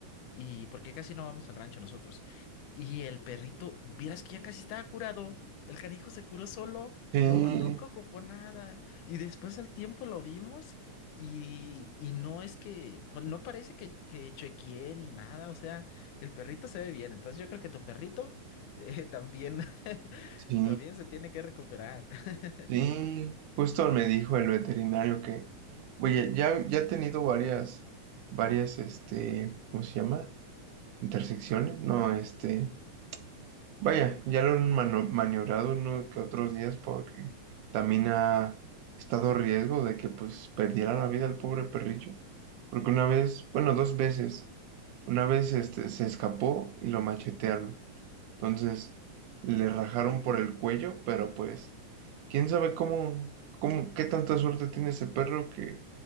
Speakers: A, on the left; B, on the right.
A: Y porque casi no vamos al rancho nosotros. Y el perrito, vieras que ya casi estaba curado. El canijo se curó solo.
B: Sí,
A: No, nunca ocupó nada. Y después al tiempo lo vimos y, y no es que, bu- no parece que, que chequee ni nada. O sea, el perrito se ve bien. Entonces yo creo que tu perrito eh, también, <laughs>
B: sí,
A: también se tiene que recuperar. <laughs>
B: sí. Justo me dijo el veterinario que, oye, ya, ya he tenido varias, varias, este, ¿cómo se llama? Intersecciones, no, este, Vaya, ya lo han mano- maniobrado uno que otros días porque también ha estado riesgo de que pues perdiera la vida el pobre perrillo. Porque una vez, bueno, dos veces, una vez este, se escapó y lo machetearon. Entonces le rajaron por el cuello, pero pues quién sabe cómo, cómo, qué tanta suerte tiene ese perro que